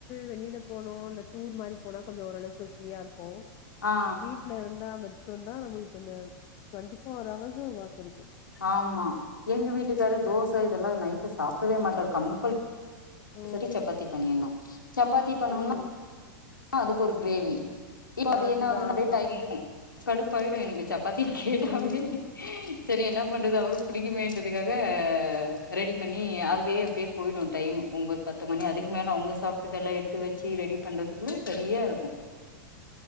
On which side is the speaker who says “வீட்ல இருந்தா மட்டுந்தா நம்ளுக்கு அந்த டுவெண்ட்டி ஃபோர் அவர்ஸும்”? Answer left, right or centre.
Left